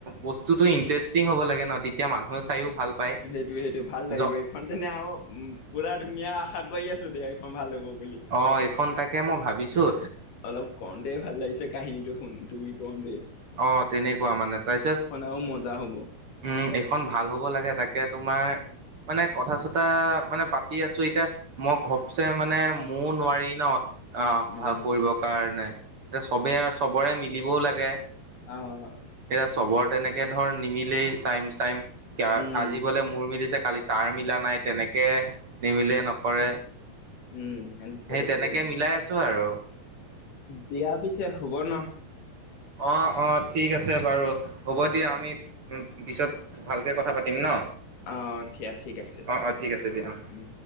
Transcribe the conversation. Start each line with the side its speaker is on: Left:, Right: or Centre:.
Right: বস্তুটো ইন্টাৰেষ্টিং হ'ব লাগে ন, তেতিয়া মানুহে চাইও ভাল পায়
Left: সেইটো, সেইটো ভাল লাগেগই,
Right: জ
Left: এইখন তেনে আৰু উ পুৰা ধুনীয়া আশা কৰি আছো দিয়া এইখন ভাল হ'ব বুলি
Right: অ', এইখন তাকে মই ভাবিছোঁ
Left: অলপ কওঁতেই ভাল লাগিছে কাহিনীটো শুন তুমি কওঁতেই
Right: অ', তেনেকুৱা মানে, তাৰপিছত,
Left: আৰু মজা হ'ব
Right: উম এখন ভাল হ'ব লাগে, তাকে তোমাৰ মানে কথা চতা মানে পাতি আছোঁ। এতিয়া মই ভপচ মানে মোৰও নোৱাৰি ন। আহ
Left: উম
Right: ভাল কৰিবৰ কাৰণে, এতিয়া চবে চবৰে মিলিবও লাগে।
Left: আহ
Right: এইয়া চবৰ তেনেকে ধৰ নিমিলেই টাইম চাইম
Left: উম
Right: আজি বোলে মোৰ মিলিছে, কালি তাৰ মিলা নাই, তেনেকে নিমিলে নকৰে
Left: উম সেনেকে
Right: সেই
Left: সেইটোৱে
Right: তেনেকে মিলাই আছোঁ আৰু
Left: দিয়া পিছে হ'ব ন।
Right: অ' অ' ঠিক আছে বাৰু হ'ব দিয়া আমি পিছত ভালকৈ কথা পাতিম ন।
Left: আহ থিয়া ঠিক আছে
Right: অ', অ', ঠিক আছে দিয়া অ'।
Left: উম।